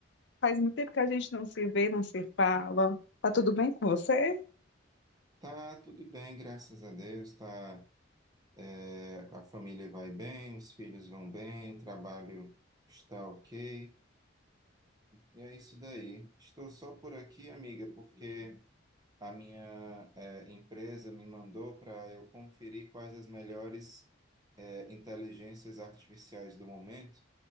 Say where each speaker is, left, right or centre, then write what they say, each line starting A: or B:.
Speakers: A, on the left; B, on the right.
A: faz muito tempo que a gente não se vê, não se fala. Tá tudo bem com você?
B: Tá tudo bem, graças a Deus. Tá, é, a família vai bem, os filhos vão bem, o trabalho está ok. E é isso daí. Estou só por aqui, amiga, porque a minha, é, empresa me mandou para eu conferir quais as melhores é, inteligências artificiais do momento